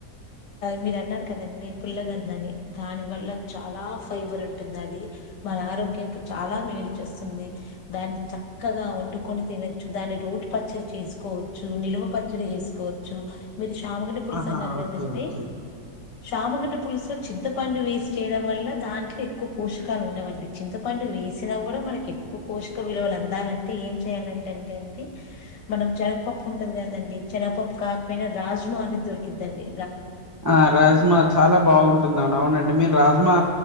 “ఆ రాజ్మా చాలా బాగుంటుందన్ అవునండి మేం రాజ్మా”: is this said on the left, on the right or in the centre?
Right